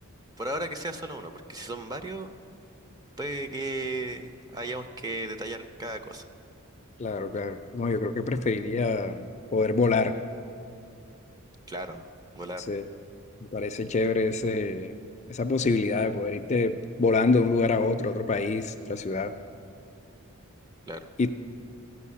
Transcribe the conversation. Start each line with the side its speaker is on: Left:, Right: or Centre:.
Right: por ahora que sea solo uno, porque si son varios, puede que hayamos que detallar cada cosa.
Left: Claro, claro. No, yo creo que preferiría poder volar.
Right: Claro, volar,
Left: Sí, me parece chévere ese, esa posibilidad de poder irte volando de un lugar a otro, a otro país, otra ciudad.
Right: claro.
Left: Y